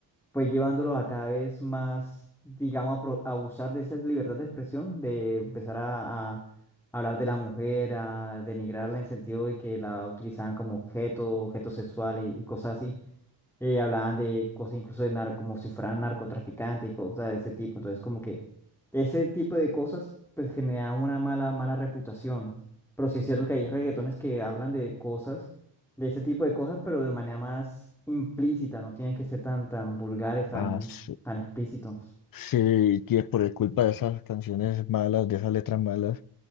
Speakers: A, in the centre; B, on the left.
A: pues llevándolos a cada vez más, digamos, a, pro- a abusar de esa libertad de expresión, de empezar a, a hablar de la mujer, a denigrarla en sentido de que la utilizaban como objeto, objeto sexual y cosas así eh, hablaban de cosas incluso de nar como si fueran narcotraficantes y cosas de ese tipo. Entonces, como que ese tipo de cosas pues genera una mala, mala reputación. Pero sí es cierto que hay reggaetones que hablan de cosas, de ese tipo de cosas, pero de manera más implícita, no tienen que ser tan, tan vulgares, tan,
B: Ah, sí,
A: tan explícitos.
B: sí, que por culpa de esas canciones malas, de esas letras malas,